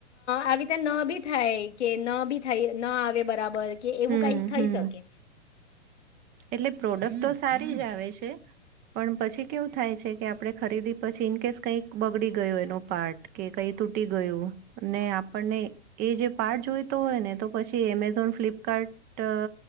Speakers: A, on the left (about 75°); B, on the right (about 25°).
A: આવી રીતે ન બી થાય કે ન બી થાય ન આવે બરાબર કે એવું
B: હમ
A: કઈક થઈ
B: હમ
A: શકે
B: એટલે પ્રોડક્ટ તો સારી જ આવે છે, પણ પછી કેવું થાય છે કે આપડણે ખરીદી પછી ઇન કેસ કઈક બગડી ગયો એનો પાર્ટ કે કઈ તૂટી ગયું ને આપણને એ જે પાર્ટ જોઈતો હોય ને તો પછી એમેઝોન ફ્લિપકાર્ટ